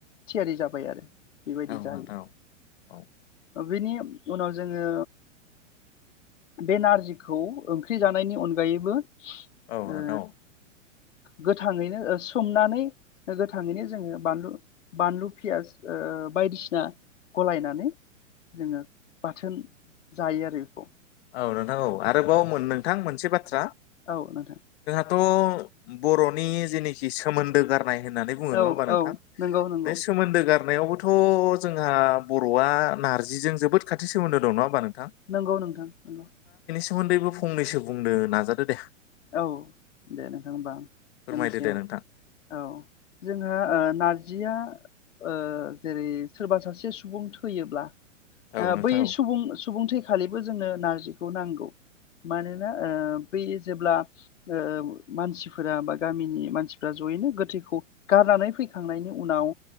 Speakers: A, on the left; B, on the left.
A: थियारि जाबाय आरो। बेबायदि
B: औ नोंथां
A: जायो
B: औ
A: ओ ओ बेनि उनाव जोङो बे नारजिखौ ओंख्रि जानायनि अनगायैबो ओ।
B: औ नोंथां
A: गोथाङैनो सोमनानै गोथाङैनो जोङो बानलु बानलु पियास ओ बायदिसिना गलायनानै जोङो बाथोन जायो आरो बेखौ
B: ओ नों औ आरोबाव मोन नोंथां मोनसे बाथ्रा। थ्रा
A: औ नोंथां।
B: थ' बर'नि जेनेखि सोमोन्दोगार नाय होननानै बोङो
A: औ
B: नङा होमबा नोंथां
A: औ नंगौ नंगौ
B: बे सोमोनदो गार नायावबोथ' जोंहा बर'आ नारजिजों जोबोद खाथि सोमोन्दो दं नङा हानबा नों
A: नंगौ। थां नंगौ।
B: सोमोन्दैबो फंनैसो बुंनो नाजादो दे
A: औ दे नोंथां होनबा
B: फोरमायदो
A: होननोसै
B: दे
A: औ
B: नोंथां
A: औ जोंहा ओ नारजि जिया ओ जेरै सोरबा सासे सुबुं थैयोब्ला।
B: औ
A: ओ
B: नोंथां
A: बै
B: औ
A: सुबुं सुबुं थै खालिबो जोंनो नारजिखौ नांगौ मानोना ओ बि जेब्ला ओ मानसिफोरा बा गामिनि मानसिफ्रा जयैनो गोथैखौ गारनानै फैखांनायनि उनाव।